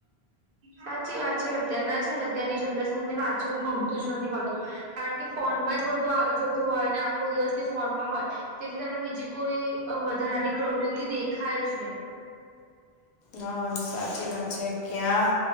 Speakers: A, on the right; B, on the left.
A: સાચી વાત છે. અત્યારના છે ને અત્યારની જનરેશનને વાંચવું ગમતું જ નથી હોતું. કારણ કે ફોનમાં જ બધું આવી જતું હોય ને, આખો દિવસથી ફોનમાં હોય. તેથી તમને બીજી કોઈ વધારાની પ્રવૃત્તિ દેખાય જ નહી.
B: હા, સાચી વાત છે. ક્યાં